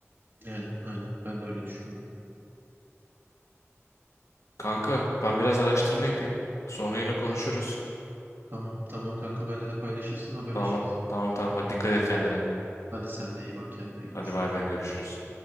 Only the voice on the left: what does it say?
Kanka ben biraz araştırma yapayım. Sonra yine konuşuruz.
Tamam. Tamam tamam hadi dikkat et kendine.
Hadi bay bay görüşürüz.